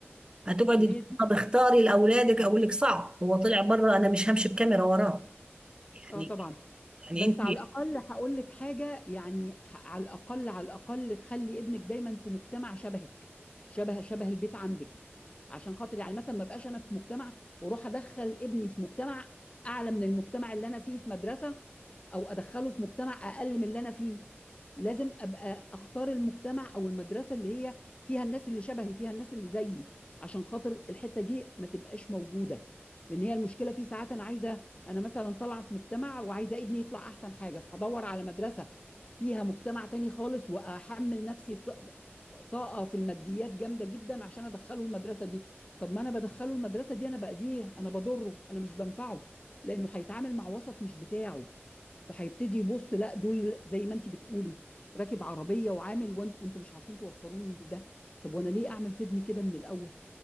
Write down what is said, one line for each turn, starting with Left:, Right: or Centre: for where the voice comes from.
Right: هتقعدي
Left: ما هي
Right: تقولي
Left: دي
Right: طب اختاري لاولادك اقول لك صعب هو طلع بره انا مش همشي بكاميرا وراه يعني
Left: اه طبعا
Right: يعني
Left: بس
Right: انت
Left: على الأقل هقول لك حاجة يعني ح- على الأقل على الأقل خلي ابنك دايما في مجتمع شبهك شبه شبه البيت عندك عشان خاطر يعني مثلا ما بقاش أنا في مجتمع وأروح أدخل ابني في مجتمع أعلى من المجتمع اللي أنا فيه في مدرسة أو أدخله في مجتمع أقل من اللي أنا فيه لازم أبقى أختار المجتمع أو المدرسة اللي هي فيها الناس اللي شبهي فيها الناس اللي زيي عشان خاطر الحتة دي ما تبقاش موجودة لأن هي المشكلة في ساعات أنا عايزة انا مثلا طالعه في مجتمع وعايزه ابني يطلع احسن حاجه فهدور على مدرسه فيها مجتمع تاني خالص واحمل نفسي ط- طاقه في الماديات جامده جدا عشان ادخله المدرسه دي طب ما انا بدخله المدرسه دي انا باذيه انا بضره انا مش بنفعه لانه هيتعامل مع وسط مش بتاعه فهيبتدي يبص لا دول زي ما انت بتقولي راكب عربيه وعامل وانت- وانتوا مش عارفين توفروني ده طب وانا ليه اعمل في ابني كده من الاول